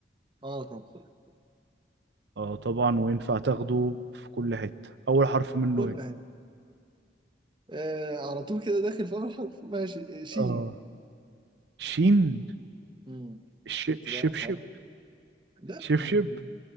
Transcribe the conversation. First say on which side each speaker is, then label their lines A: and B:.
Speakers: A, on the right; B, on the right.
A: اه طبعا
B: اه طبعا وينفع تاخده في كل حتة اول حرف منه
A: كل
B: ايه
A: حاجة آه على طول كده داخل في أول حرف ماشي آه، شين
B: اه شين
A: مم.
B: ش...
A: شفت
B: شبشب
A: بقى حرف لا
B: شبشب
A: يعني